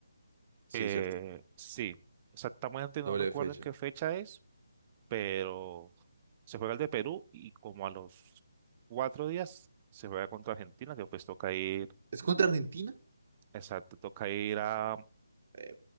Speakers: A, on the right; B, on the right.
A: Sí,
B: Eh,
A: cierto.
B: sí, exactamente no
A: Doble
B: recuerdo
A: fecha.
B: en qué fecha es pero se juega el de Perú y como a los cuatro días se juega contra Argentina, que pues toca ir,
A: ¿Es contra Argentina?
B: exacto, toca ir a
A: Eh,